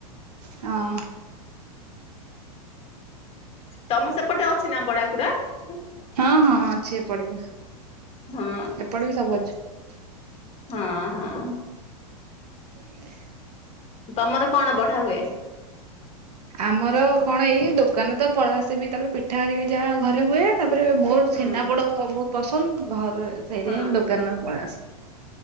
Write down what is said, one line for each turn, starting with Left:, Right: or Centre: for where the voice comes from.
Right: ହଁ ।
Left: ତମ ସେପଟେ ଅଛି ନା ବଡା । କୁଡ଼ା ।
Right: ହଁ ହଁ ହଁ ଅଛି ଏପଟେ ବି
Left: ହଁ
Right: ଏପଟେ ବି ସବୁ ଅଛି ।
Left: ହଁ ହଁ ।
Right: <unintelligible>
Left: ତମର କଣ ବଢା ହୁଏ ।
Right: ଆମର କଣ ଏଇ ଦୋକାନରେ ତ ପଳା ଆସେବି ତାପରେ ପିଠା ହରିକି ଯାହା ଘରେ ହୁଏ। ତାପରେ ମୋର ଚେନାପୋଡ
Left: ହଁ
Right: ବହୁତ । ପସନ୍ଦ ଘରେ । ସେଇଥି
Left: ହଁ
Right: ପାଇଁ ଦୋକାନରୁ ପଲେଇ ଆସେ ।